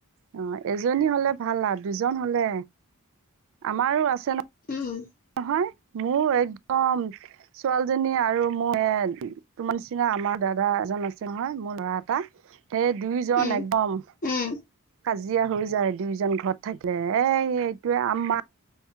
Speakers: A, on the right; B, on the left.
A: অ এজনী হলে ভাল আৰু দুজন হলে আমাৰো আছে ন।
B: উম।
A: নহয়, মোৰ একদম ছোৱালীজনী আৰু মোৰ তোমাৰ নিচিনা আমা দাদা এজন আছে নহয়, মোৰ ল'ৰা এটা। এই দুইজন
B: উম
A: একদম।
B: উম
A: কাজিয়া হৈ যায় দুইোজন ঘৰত থাকিলে, এই এইটোৱে আমা।